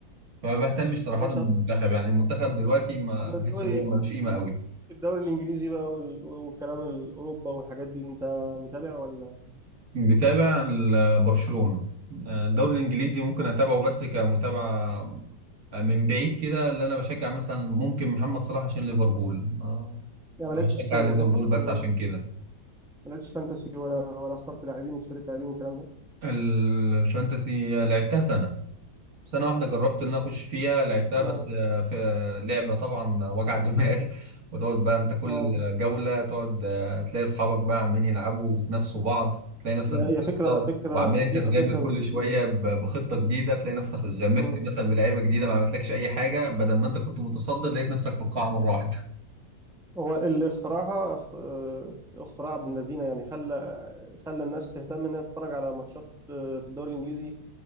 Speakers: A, on the right; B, in the centre.
A: فما بهتمش صراحه
B: هو
A: بالمنتخب
B: طب
A: يعني المنتخب دلوقتي ما
B: طب
A: بحس
B: الدوري
A: ان هو ملوش قيمه قوي
B: الدوري الانجليزي بقى وال... والكلام الاوروبا والحاجات دي انت متابع ولا
A: بتابع ال- برشلونه الدوري الانجليزي ممكن اتابعه بس كمتابعه من بعيد كده اللي انا بشجع مثلا ممكن محمد صلاح عشان ليفربول آه،
B: يعني ما
A: بشجع
B: لعبتش فانتسي
A: ليفربول بس
B: ولا
A: عشان كده
B: ما لعبتش فانتسي ولا ولا اخترت لاعبين واشتريت لاعبين والكلام ده
A: ال- الفانتسي لعبتها سنه سنة واحدة جربت إن أنا أخش فيها لعبتها
B: اه
A: بس آه، في آه، لعبة طبعا وجع دماغ <laughs> وتقعد بقى أنت كل
B: اه
A: جولة تقعد آه، تلاقي أصحابك بقى عمالين يلعبوا وبتنافسوا بعض تلاقي نفسك
B: هي
A: بتخسر
B: هي فكرة فكرة
A: وعمال
B: خطيرة
A: أنت تغامر
B: فكرة
A: كل
B: بنت لذينة
A: شوية ب- بخطة جديدة تلاقي نفسك غامرت
B: مم.
A: مثلا بلعيبة جديدة ما عملتلكش أي حاجة بدل ما أنت كنت متصدر لقيت نفسك في القاع مرة واحدة <laughs>
B: هو اللي اخترعها اخت- آه، اختراع ابن لذينة يعني خلى خلى الناس تهتم انها تتفرج على ماتشات آه، في الدوري الانجليزي